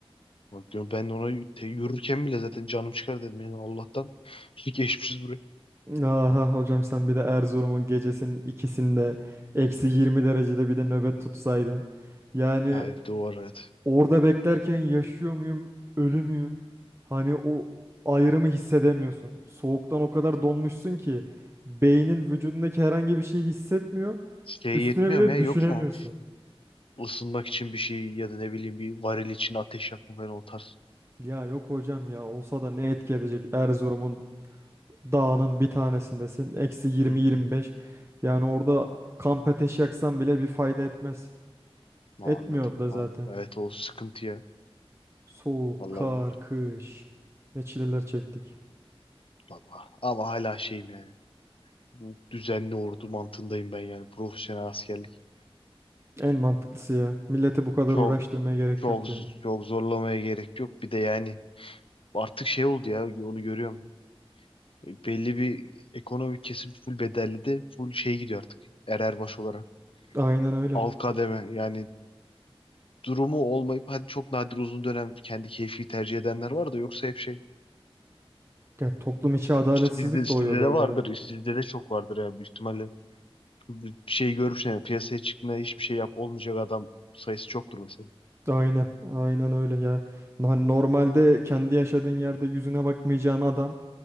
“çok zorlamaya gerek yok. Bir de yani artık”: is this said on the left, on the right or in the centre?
Left